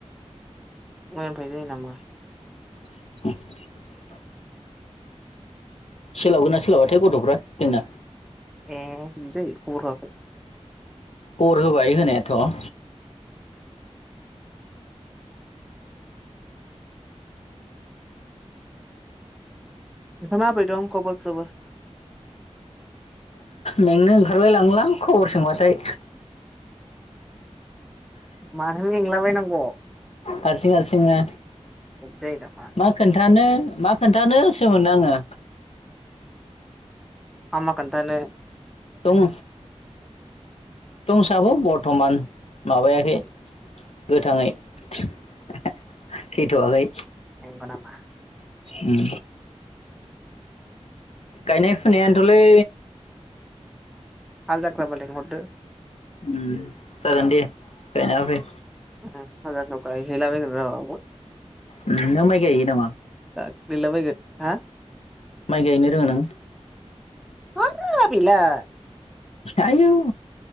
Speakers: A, in the centre; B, on the left.
A: मैयानिफाय जायो नामा?
B: <inaudible> सोलाबगोन ना सोलाबाथाय गथ'फ्रा जोंना!
A: ए बिदि जायो खबर होआखै?
B: खबर होबाय होनायाथ'।
A: नोथां मााब्रै दं खबर सबर?
B: मेंनो ओंखारलाय लाङो लां खबर सोंबाथाय।
A: मानो मेंलाबायनांग'?
B: हारसिं हारसिंना
A: जायो नामा
B: मा खोन्थानो! मा खोन्थानोसो मोनो आङो।
A: आ मा खोनथानो
B: दं दंसाबो बर्थमान माबायाखै। गोथाङै थैथ'वाखै।
A: नंगौ नामा?
B: उम गायनाय फुनायानोथ'लै!
A: हाल जांख्राबा लेंहरदो।
B: उम जागोन दे गायना होफै।
A: उम हाल जांख्रायाव गायहैला बायगोनरा <inaudible>
B: नोंना माइ गायो नामा?
A: गाग्लिलाबायगोन हा?
B: माइ गायनो रोङो नों?
A: मानो रोङा बेलाय।
B: आयौ।